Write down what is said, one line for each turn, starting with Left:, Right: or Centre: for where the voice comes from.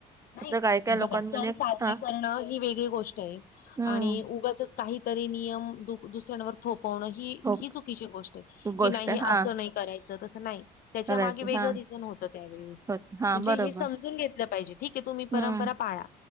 Left: नाही
Right: असं काय काय
Left: हे बघा
Right: लोकांमध्ये
Left: सण साजरे
Right: हा
Left: करणं, ही वेगळी गोष्ट आहे
Right: हम्म
Left: आणि उगाचंच. काहीतरी नियम दुसऱ्यांवर थोपवणं ही,
Right: हो
Left: ही चुकीची गोष्ट आहे
Right: ती गोष्ट
Left: की नाही हे
Right: हा
Left: असं नाही. करायचं तसं नाही. तेच्या
Right: करायचं
Left: मागे वेगळं
Right: हा
Left: रिझन होतं. त्यावेळी
Right: हो हा
Left: म्हणजे
Right: बरोबर
Left: हे समजून घेतलं पाहिजे ठीक. की तुम्ही परंपरा
Right: हम्म
Left: पाळा.